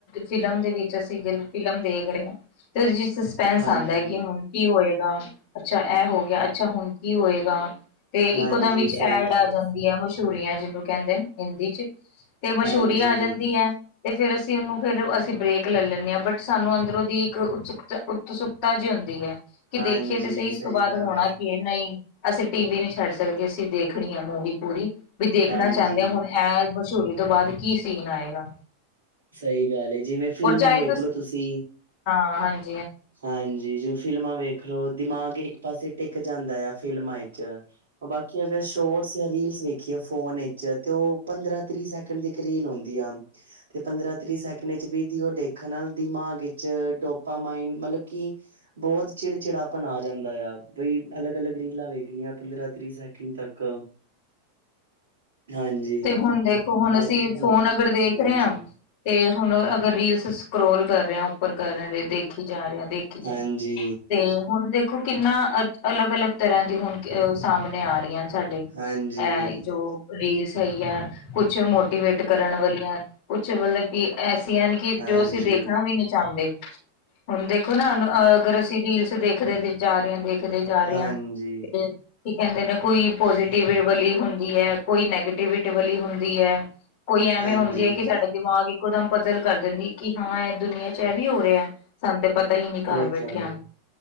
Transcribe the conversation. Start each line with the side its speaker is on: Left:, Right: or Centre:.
Left: ਫਿਲਮ ਦੇ ਵਿੱਚ ਅਸੀਂ ਫਿਲਮ ਦੇਖ ਰਹੇ ਹਾਂ ਉਹਦੇ ਚ ਸਸਪੈਨਸ
Right: ਹਾਂਜੀ,
Left: ਆਉਂਦਾ ਹੈ ਕਿ ਹੁਣ ਕੀ ਹੋਏਗਾ ਅੱਛਾ ਇਹ ਹੋ ਗਿਆ ਅੱਛਾ ਹੁਣ ਕੀ ਹੋਏਗਾ ਤੇ
Right: ਹਾਂਜੀ
Left: ਇਕੋ ਦਮ ਵਿੱਚ
Right: ਸਹੀ
Left: ਐਡ
Right: ਗੱਲ,
Left: ਆ ਜਾਂਦੀ ਮਸ਼ਹੂਰੀਆਂ ਜਿਹਨੂੰ ਕਹਿੰਦੇ ਨੇ ਹਿੰਦੀ ਚ ਤੇ ਮਸ਼ਹੂਰੀ
Right: ਹਾਂਜੀ,
Left: ਆ ਜਾਂਦੀ ਹੈ ਤੇ ਫੇਿਰ ਅਸੀਂ ਉਹਨੂੰ ਫਿਰ ਅਸੀਂ ਬ੍ਰੇਕ ਲੈ ਲੈਂਦੇ ਹਾਂ ਬਟ ਸਾਨੂੰ ਅੰਦਰੋਂ ਦੀ ਇੱਕ ਉੁਤਸੂਕਤਾ ਉੁਤਸੂਕ ਤਾ ਜਿ ਹੁੰਦੀ ਹੈ ਕਿ
Right: ਹਾਂਜੀ
Left: ਦੇਖੀਏ ਤੇ ਸਹੀ ਇਸ ਤੋਂ ਬਾਅਦ
Right: ਗੱਲ
Left: ਹੋਣਾ
Right: ਆ,
Left: ਕੀ ਇਹ ਨਹੀਂ ਅਸੀਂ ਟੀ ਵੀ ਨਹੀਂ ਛੱਡ ਸਕਦੇ ਅਸੀਂ ਦੇਖਣੀ ਆ ਮੂਵੀ ਪੂਰੀ ਵੀ ਦੇਖਣਾ
Right: ਹਾਂਜੀ,
Left: ਚਾਹੁੰਦੇ ਆ ਹੁਣ ਇਹ ਮਸ਼ਹੂਰੀ ਤੋਂ ਬਾਅਦ ਕੀ ਸੀਨ ਆਏਗਾ
Right: ਸਹੀ ਗੱਲ ਏ ਜਿਵੇਂ ਫਿਲਮਾਂ
Left: ਔਰ ਚਾਹੇ
Right: ਵੇਖਲੋ ਤੁਸੀਂ
Left: ਹਾਂ ਹਾਂਜੀ
Right: ਹਾਂਜੀ ਜਿਵੇਂ ਫਿਲਮਾਂ ਵੇਖ ਲੋ ਦਿਮਾਗ ਇੱਕ ਪਾਸੇ ਟਿੱਕ ਜਾਂਦਾ ਆ ਫ਼ਿਲਮਾਂ ਵਿੱਚ ਬਾਕੀ ਅਗਰ ਸ਼ੋਰਟਸ ਜਾਂ ਰੀਲਸ ਵੇਖ ਕੀਏ ਫੋਨ ਵਿੱਚ ਤੇ ਉਹ ਪੰਦਰਾਂ ਤ੍ਰੀਹ ਸੈਕਿੰਡ ਦੀ ਰੀਲ ਆਂਦੀ ਆ ਤੇ ਪੰਦਰਾਂ ਤ੍ਰੀਹ ਸੈਕਿੰਡ ਵਿਚ ਵੀ ਦੀ ਉਹ ਦੇਖਣ ਨਾਲ ਦਿਮਾਗ ਵਿਚ ਡੋਪਾ ਮਾਈਨ ਮਤਲਬ ਕਿ ਬਹੁਤ ਚਿੜ ਚਿੜਪਨ ਆ ਜਾਂਦਾ ਆ ਬਈ ਅਲੱਗ ਅਲੱਗ ਰੀਲਾਂ ਵੇਖਣੀਆਂ ਪੰਦਰਾਂ ਤੀਹ ਸੈਕਿੰਡ ਤੱਕ ਹਾਂਜੀ
Left: ਤੇ ਹੁਣ ਦੇਖੋ ਹੁਣ
Right: ਬਾਕੀ
Left: ਅਸੀਂ ਫੋਨ ਅਗਰ ਦੇਖ
Right: ਹਾਂਜੀ
Left: ਰਹੇ ਹਾਂ ਤੇ ਹੁਣ ਅਗਰ ਰੀਲਸ ਸਕੋਲ ਕਰ ਰਿਹਾ ਉੱਪਰ ਕਰ ਰਹੇ ਹਾਂ ਦੇਖੀ ਜਾ ਰਿਹਾ ਦੇਖ਼ੀ
Right: ਹਾਂਜੀ
Left: ਤੇ ਹੁਣ ਦੇਖੋ ਕਿੰਨਾ ਅ ਅਲੱਗ -ਅਲੱਗ ਤਰ੍ਹਾਂ ਦੀ ਹੁਣ ਸਾਹਮਣੇ ਆ ਰਹੀਆਂ। ਸਾਡੇ
Right: ਹਾਂਜੀ
Left: ਅਹ ਜੋ ਰੀਲਸ ਹੈ ਕੁਛ ਮੋਟੀਵੇਟ ਕਰਨ ਵਾਲੀਆਂ ਕੁਛ ਮਤਲਬ ਕਿ ਐਸੀਆਂ ਨਹੀ। ਕਿ
Right: ਹਾਂਜੀ
Left: ਜੋ ਅਸੀਂ ਦੇਖਣਾ ਵੀ ਨਹੀਂੀ ਚਾਹੁੰਦੇ ਹੁਣ ਦੇਖੋ ਨਾ ਅਗਰ ਅਸੀਂ ਰੀਲਸ ਦੇਖਦੇ ਜਾ ਰਹੇ ਹਾਂ ਦੇਖ ਦੇਖਦੇ ਜਾ ਰਹੇ
Right: ਹਾਂਜੀ
Left: ਹਾਂ ਤੇ ਕੀ ਕਹਿੰਦੇ ਨੇ ਕੋਈ ਪੋਜੀਟਿਵ ਵੈ ਵਾਲੀ ਹੁੰਦੀ ਹੈ ਕੋਈ ਨੈਗੇਟਿਵ ਤੇਵਿਟ ਵਾਲੀ ਹੁੰਦੀ ਹੈ ਕੋਈ ਐਵੇਂ
Right: ਹਾਂਜੀ
Left: ਹੁੰਦੀ ਹੈ ਕੇ ਸਾਨੂੰ ਦਿਮਾਗ ਇੱਕੋਦਮ ਪਤਲ ਕਰ ਦਿੰਦੀ ਕਿ ਹਾਂ ਇਹ ਦੁਨੀਆਂ ਚ ਇਹ ਵੀ ਹੋ ਰਿਹਾ ਹੈ। ਸਾਨੂੰ ਤੇ ਪਤਾ ਹੀ ਨਹੀਂ ਘਰ
Right: ਉਹ
Left: ਬੈਠਿਆਂ
Right: ਤਾਂ ਹੈ
Left: ਨੂੰ